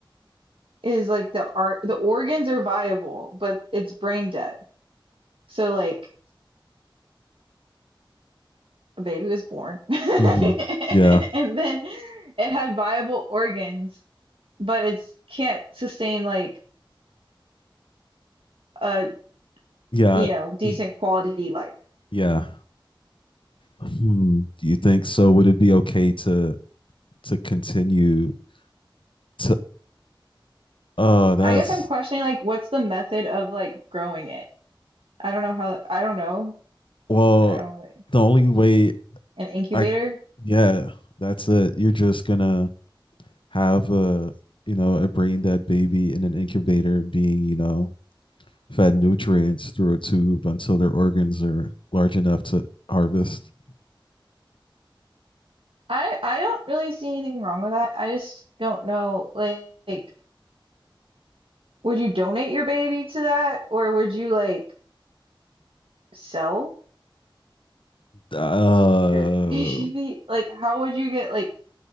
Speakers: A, on the right; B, on the left.
A: is like the art, the organs are viable, but it's brain dead. So like a baby was born <laughs> and
B: hmm Yeah,
A: then it had viable organs but it's can't sustain like a
B: yeah,
A: you know decent
B: y-
A: quality life
B: yeah. Hmm. Do you think so? Would it be okay to to continue T- uh, that's
A: i guess i'm questioning like what's the method of like growing it i don't know how i don't know
B: well,
A: i don't really
B: the only way
A: an incubator
B: I, yeah, that's it. You're just gonna have a, you know, a brain dead baby in an incubator being, you know, fed nutrients through a tube until their organs are large enough to harvest.
A: i i don't really see anything wrong with that i just don't know like would you donate your baby to that or would you like sell
B: Uh,
A: your <laughs> baby like how would you get like